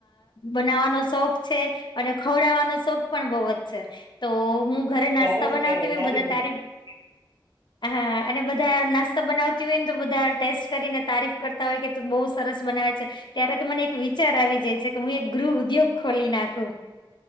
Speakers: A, on the left; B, on the right.
A: બનાવવાનો શોખ છે અને ખવડાવવાનો શોખ પણ બહુ જ છે તો હું ઘરે નાસ્તા
B: સરસ
A: બનાવતીવી
B: કેવાય સારી
A: બધા
B: વાત
A: <inaudible> હા અને બધા નાસ્તા બનાવતી હોય ને તો બધા ટેસ્ટ કરીને તારીફ કરતા હોય કે ત બહુ સરસ બનાવે છે ત્યારે તો મને એક વિચાર આવી જાય છે કે હું એક ગૃહ ઉદ્યોગ ખોલી નાખું